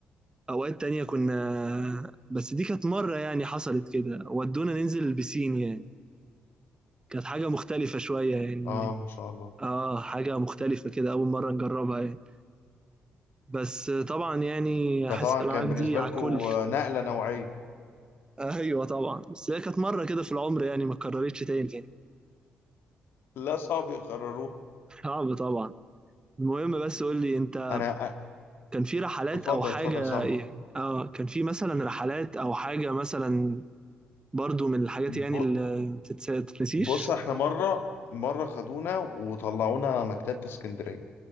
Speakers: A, on the right; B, on the left.
A: اوقات تانية كنا آه، بس دي كانت مره يعني حصلت كده ودونا ننزل البسين يعني كانت حاجة مختلفة شوية يعني
B: اه ما شاء الله
A: اه حاجة مختلفة كده أول مرة نجربها يعني بس طبعا يعني
B: فطبعا
A: حصة
B: كان
A: الألعاب
B: بالنسبة
A: دي على
B: لكم
A: الكل
B: نقلة نوعية
A: أيوة طبعا بس هي كانت مرة كده في العمر يعني ما اتكررتش تاني يعني.
B: لا صعب يقرروه
A: صعب طبعا المهم بس قول لي أنت
B: انا
A: كان في رحلات
B: اتفضل
A: أو حاجة
B: اتفضل سامع
A: يعني اه كان في مثلا رحلات أو حاجة مثلا برضو من الحاجات
B: ب-
A: يعني اللي ما تتس- تتنسيش
B: بص احنا مره مره خدونا وطلعونا مكتبه اسكندريه